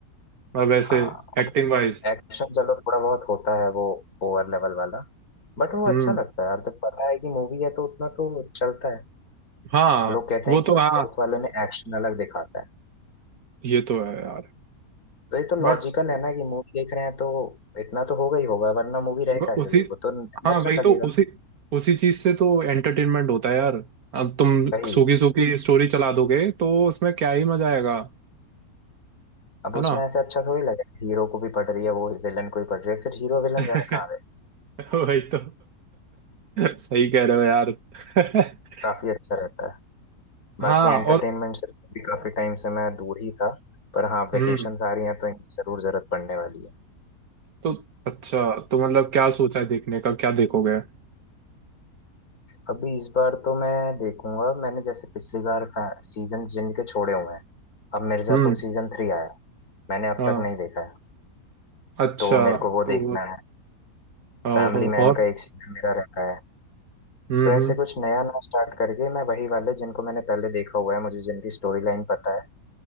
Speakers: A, on the right; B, on the left.
A: मतलब वैसे
B: हाँ
A: एक्टिंग
B: और
A: वाइज
B: एक्शन चलो थोड़ा बहुत होता है वो ओवर लेवल वाला बट वो
A: हम्म
B: अच्छा लगता है अब जब पता है कि मूवी है तो उतना तो चलता है
A: हाँ
B: लोग कहते
A: वो
B: हैं कि
A: तो हाँ
B: साउथ वालों ने एक्शन अलग दिखाता है
A: ये तो है यार
B: तो ये तो लॉजिकल
A: बट
B: है ना कि मूवी देख रहे हैं तो इतना तो होगा ही होगा वरना मूवी रह
A: व-
B: कैसे
A: उसी
B: गई वो तो नेचुरल
A: हाँ वही तो
B: लगेगा
A: उसी उसी चीज से तो एंटरटेनमेंट होता है यार अब तुम
B: वही
A: सूखी सूखी स्टोरी चला दोगे तो उसमें क्या ही मजा आएगा
B: अब
A: है
B: उसमें
A: ना
B: ऐसे अच्छा थोड़ी लगा हीरो को भी पड़ रही है वो विलन को भी पड़ रही है फिर हीरो विलन
A: <laughs>
B: रहे कहाँ गए
A: वही तो <laughs> सही कह रहे हो यार <laughs>
B: काफी अच्छा रहता है बाकी
A: हाँ
B: एंटरटेनमेंट
A: और
B: से भी काफी टाइम से मैं दूर ही था पर हाँ वेकेशंस
A: हम्म
B: आ रही हैं तो इनकी जरूर जरूरत पड़ने वाली है
A: तो अच्छा तो मतलब क्या सोचा है देखने का क्या देखोगे
B: अभी इस बार तो मैं देखूंगा मैंने जैसे पिछली बार सीजन जिनके छोड़े हुए हैं अब मिर्जापुर
A: हम्म
B: सीजन थ्री आया मैंने अब
A: हाँ
B: तक नहीं देखा है
A: अच्छा
B: तो मेरे को वो देखना
A: तो
B: है
A: ओहो,
B: फैमिली मैन
A: और
B: का एक सीजन मेरा रखा है
A: हम्म
B: तो ऐसे
A: हम्म
B: कुछ नया ना स्टार्ट करके मैं वही वाले जिनको मैंने पहले देखा हुआ है मुझे जिनकी स्टोरी लाइन पता है